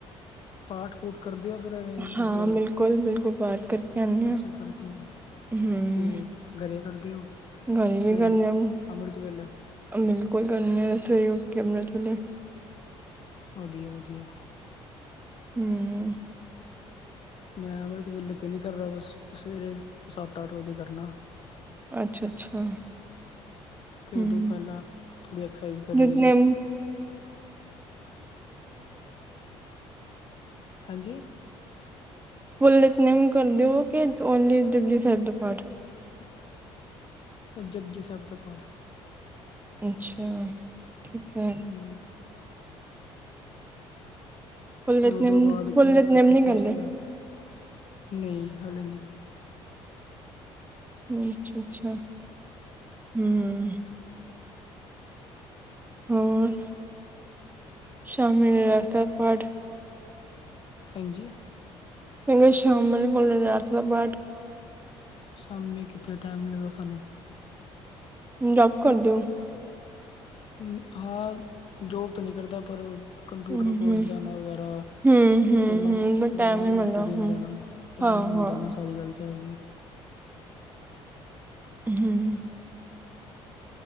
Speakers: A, on the left; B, on the right.
A: ਪਾਠ ਪੂਠ ਕਰਦੇ ਹੋ ਫਿਰ ਐਵੇਂ ਮਤਲਬ
B: ਹਾਂ ਬਿਲਕੁਲ-ਬਿਲਕੁਲ ਪਾਠ ਕਰਕੇ ਜਾਦੇ
A: ਅੱਛਾ
B: ਹਾਂ
A: ਕਰਦੇ
B: ਹਮ
A: ਤੇ ਘਰੇ ਕਰਦੇ ਹੋ?
B: <inaudible>
A: ਸਵੇਰੇ ਅੰਮ੍ਰਿਤ ਵੇਲੇ
B: <inaudible>
A: ਵਧੀਆ-ਵਧੀਆ,
B: ਹੂੰ,
A: ਮੈਂ ਅੰਮ੍ਰਿਤ ਵੇਲੇ ਤੇ ਨਹੀਂ ਕਰ ਰਿਹਾ, ਬਸ ਸਵੇਰੇ ਸੱਤ ਅੱਠ ਵਜੇ ਕਰਨਾ।
B: ਅੱਛਾ-ਅੱਛਾ,
A: ਤੇ ਉਦੋਂ
B: ਹੂੰ,
A: ਪਹਿਲਾਂ ਥੋੜ੍ਹੀ ਐਕਸਰਸਾਈਜ਼
B: <inaudible> <inaudible>
A: ਕਰ ਲਈ
B: ਫੁੱਲ
A: ਹਾਂਜੀ
B: ਨਿਤਨੇਮ ਕਰ ਦਿਓ ਕਿ ਓਨਲੀ ਜਪਜੀ ਸਾਹਿਬ ਦਾ ਪਾਠ।
A: ਜਪਜੀ ਸਾਹਿਬ ਦਾ ਪਾਠ।
B: ਅੱਛਾ ਠੀਕ ਹੈ।
A: ਹਾਂਜੀ
B: ਫੁੱਲ
A: ਫਿਰ
B: ਨਿਤਨੇਮ
A: ਉਹਦੇ ਬਾਅਦ
B: ਫੁੱਲ
A: ਕੰਪਿਊਟਰ
B: ਨਿਤਨੇਮ ਨਹੀਂ
A: ਕੋਰਸ
B: ਕਰਦੇ?
A: ਵਗੈਰਾ। ਨਹੀਂ ਹਲੇ ਨੀ।
B: ਅੱਛਾ ਅੱਛਾ ਹਮ। ਹੋਰ ਸ਼ਾਮੀ ਰਸਤਾ ਪਾਠ।
A: ਹਾਂਜੀ।
B: <inaudible> <inaudible>
A: ਸ਼ਾਮੀ ਕਿੱਥੇ ਟਾਈਮ ਲਗਦਾ ਸਾਨੂੰ।
B: <inaudible> <inaudible>
A: ਹਮ ਹਾਂ ਜੋ। ਕਰਦਾ ਪਰ ਕੰਪਿਊਟਰ
B: ਹੂੰ-ਹੂੰ,
A: ਕੋਰਸ ਜਾਣਾ ਵਗੈਰਾ
B: ਹੂੰ-ਹੂੰ,
A: ਫੇ ਨ
B: ਹੂੰ, ਬਟ
A: ਨਾਂ
B: ਟਾਈਮ ਨੀ
A: ਨੂੰ
B: ਮਿਲਦਾ
A: ਰੋਟੀ ਦੇ।
B: ਹੂੰ,
A: ਜਾਣਾ ਟਾਈਮ
B: ਹਾਂ-ਹਾਂ,
A: ਨੀ ਮਿਲਦਾ ਨਾ ਸਾਰੀ ਗੱਲ ਤਾਂ ਇਹੀ ਆ।
B: ਹਮ।